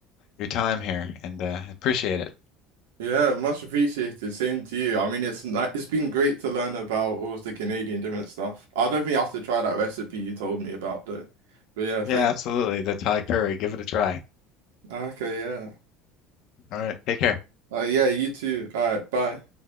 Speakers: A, on the left; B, on the right.
A: your time here and uh, I appreciate it.
B: Yeah, much appreciated. Same to you. I mean, it's ni- it's been great to learn about all of the Canadian different stuff. I don't think I have to try that recipe you told me about though. But yeah, thank.
A: Yeah, absolutely. The Thai curry, give it a try.
B: Okay, yeah.
A: All right, take care.
B: Uh, yeah, you too. All right, bye.